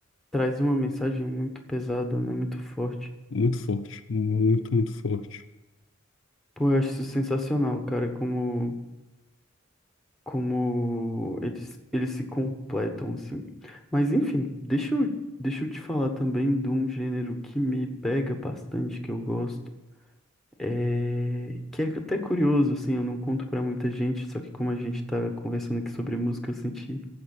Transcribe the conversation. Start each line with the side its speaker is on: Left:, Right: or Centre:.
Centre: Traz uma mensagem muito pesada, né? Muito forte.
Left: Muito forte. Muito, muito forte.
Centre: Pô, eu acho isso sensacional, cara, como, como eles, eles se completam, assim. Mas enfim, deixa eu, deixa eu te falar também de um gênero que me pega bastante, que eu gosto. É... Que é até curioso, assim, eu não conto pra muita gente, só que como a gente tá conversando aqui sobre música, eu senti